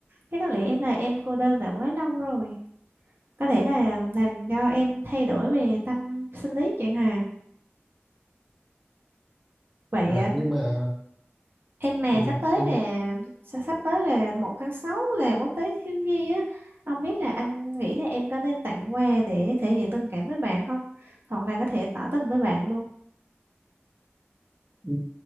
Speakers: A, on the right; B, in the centre.
A: chắc có lẽ em là em cô đơn đã quá lâu rồi có thể là làm cho em thay đổi về tâm sinh lý chẳng hạn vậy
B: à,
A: à,
B: nhưng mà
A: Em mà
B: Ừ,
A: sắp tới
B: em
A: là
B: nói-
A: sắp sắp tới là một tháng 6 là quốc tế thiếu nhi á. Ông biết là anh nghĩ là em có nên tặng quà để thể hiện tình cảm với bạn không? Hoặc là có thể tỏ tình với bạn luôn.
B: ừ,